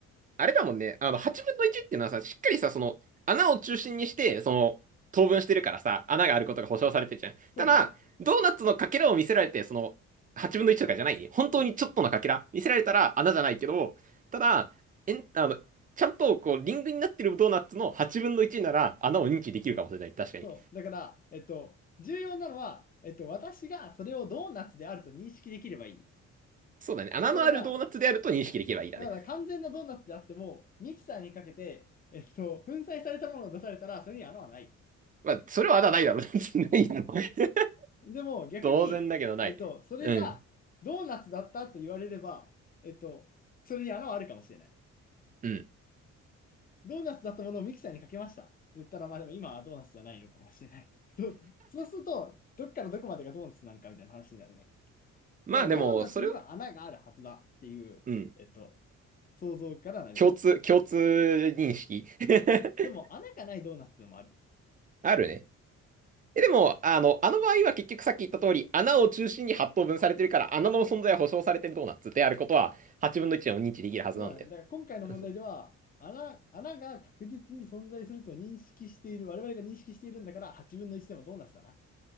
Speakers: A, on the right; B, on the left.
A: あれだもんね。あの、8分の1っていうのはさ、しっかりさ、その、穴を中心にして、その、等分してるからさ、穴があることが保証されてるじゃん。
B: うん、そうだね。
A: ただ、ドーナツのかけらを見せられて、その、8分の1とかじゃないね本当にちょっとのかけら見せられたら穴じゃないけど、
B: うん、
A: ただ、えん、あの、ちゃんと、こう、リングになってるドーナツの8分の1なら、穴を認知できるかもしれない。確かに。
B: そう。だから、えっと、重要なのは、えっと、私がそれをドーナツであると認識できればいい。
A: そうだね。穴のあるドーナツであると認識できればいいだね。
B: だから、だから完全なドーナツであっても、ミキサーにかけて、えっと、粉砕されたものを出されたら、それに穴はない。
A: まあ、それは穴ないだろうね。<laughs> ないだろう。<laughs>
B: でも逆に、
A: 当然だけどない。
B: えっと、それがドーナツだったと言われれば、
A: うん。
B: えっと、それに穴はあるかもしれない。
A: うん。
B: ドーナツだったものをミキサーにかけましたって言ったら、まあでも今はドーナツじゃないのかもしれない。<laughs> そうそうすると、どっからどこまでがドーナツなのかみたいな話になるね。
A: まあでも、
B: だからドーナツには穴があるはずだっていう、
A: それを、うん。
B: えっと、想像から成り立つ。
A: 共通、共通認識 <laughs>
B: でも穴がないドーナツでもある
A: あるね。え、でも、あの、あの場合は結局さっき言った通り、穴を中心に8等分されてるから、穴の存在は保証されてるドーナツであることは、8分の1でも認知できるはずなんだよ。
B: そうだね。だから今回の問題では、
A: <laughs>
B: 穴、穴が確実に存在すると認識している、我々が認識しているんだから、8分の1でもドーナツだな。